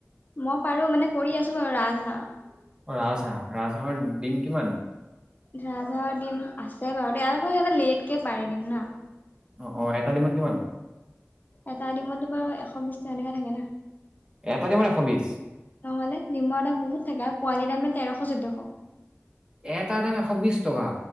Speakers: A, on the left; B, on the right.
A: মই পাৰোঁ মানে কৰি আছোঁ বাৰু ৰাজহাঁহ।
B: অ', ৰাজহাঁহ, ৰাজহাঁহৰ ডিম কিমান?
A: ধৰা ধৰা ডিম আছে বাৰু দে আৰু সিঁহতে লেটকে পাৰে ডিম না।
B: অ অ এটা ডিমত কিমান
A: এটা ডিমত তোমাৰ এশ বিশ এনেকা থাকে না।
B: এটা ডিমত এশ বিশ
A: নহ'লে ডিমৰ দাম বহুত থাকে আৰু পোৱালিৰ দামে তেৰশ চৈধ্য অ',
B: এটাৰ দাম এশ বিশ টকা?